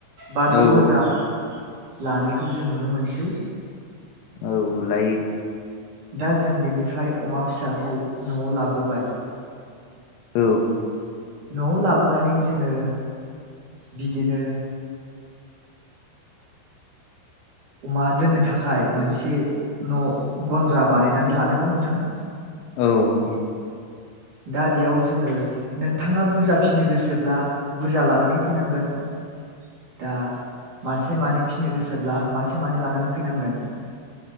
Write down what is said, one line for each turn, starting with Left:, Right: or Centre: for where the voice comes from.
Right: बा द'
Left: औ
Right: रोजा लानायखौ जों नुनो मोनसै।
Left: औ लायो।
Right: दा जों बेनिफ्राय अमा फिसाखौ न'आव लाबोबाय
Left: औ
Right: न'आव लाबोनानै जोङो बिदिनो अमा दोननो थाखाय मोनसे न' गन्द्रा बानायनानै लानांगौ नोंथां।
Left: औ। औ
Right: दा बेयाव जोङो नोंथाङा बुरजा फिसिनो गोसोब्ला बुरजा लानानै फैनांगोन। दा मासे मानै फिनो गोसोब्ला मासे मानै लानानै फैनांगोन।